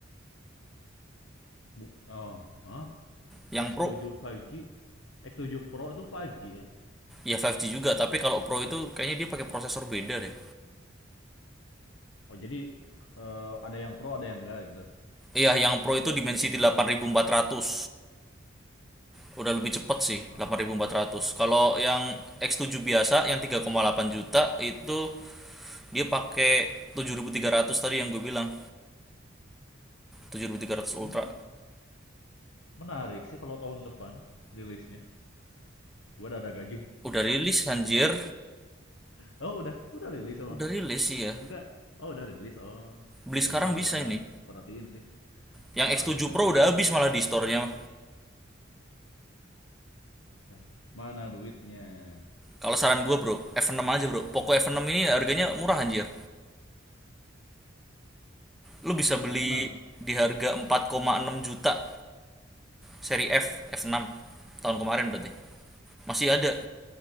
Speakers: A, on the left; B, in the centre.
A: bu oh hah?
B: Yang
A: x
B: Pro
A: tujuh 5G x tujuh Pro itu 5G kan?
B: ya 5G juga, tapi kalau Pro itu kayaknya dia pakai prosesor beda deh.
A: Oh jadi eh, ada yang Pro ada yang enggak gitu.
B: Iya, yang Pro itu Dimensity 8400. Udah lebih cepet sih,
A: Ah.
B: 8400. Kalau yang x tujuh biasa yang tiga koma delapan juta itu dia pakai 7300 tadi yang gue bilang. 7300
A: Hmm,
B: Ultra.
A: menarik sih kalau tahun depan rilisnya. Gua udah ada gaji.
B: Udah rilis anjir.
A: Oh udah udah rilis emang.
B: Udah rilis sih ya.
A: Enggak. Oh, udah rilis. Oh.
B: Beli
A: Ya
B: sekarang
A: gua nggak
B: bisa ini.
A: perhatiin sih.
B: Yang
A: Kagak,
B: X7 Pro
A: Cuk.
B: udah habis malah di store-nya.
A: Hah? Mana duitnya?
B: Kalau saran gue bro, F6 aja bro. Poco F6 ini harganya murah anjir. Lu bisa beli
A: f enam
B: di harga 4,6 juta seri F, F6. Tahun kemarin berarti. Masih ada.